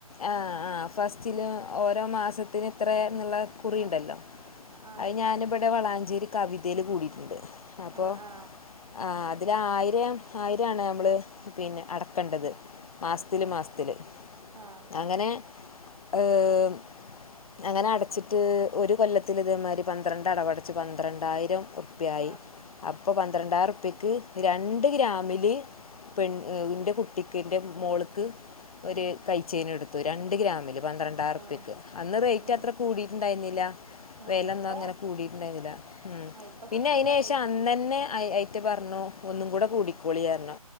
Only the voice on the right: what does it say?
ആ ആ
ആ ആ
ആഹ്
ആ
ഉം
ആ
ഉം
ആ
ഇപ്പ
ആ ഇപ്പ
കിട്ടൂല ആ
പൈസക്ക്
ഉം